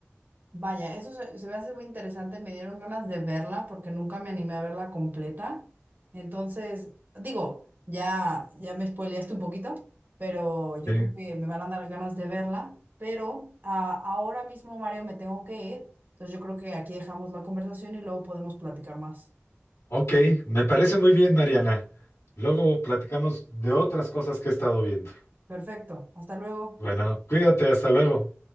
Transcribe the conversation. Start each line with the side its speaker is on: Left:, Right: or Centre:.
Right: Vaya, eso se, se me hace muy interesante. Me dieron ganas de verla porque nunca me animé a verla completa. Entonces, digo, ya, ya me spoileaste un poquito, pero yo
Left: Sí.
Right: creo que me van a dar ganas de verla. Pero ah, ahora mismo, Mario, me tengo que ir. Entonces, yo creo que aquí dejamos la conversación y luego podemos platicar más.
Left: Ok, me parece muy bien, Mariana. Luego platicamos de otras cosas que he estado viendo.
Right: Perfecto. Hasta luego.
Left: Bueno, cuídate, hasta luego.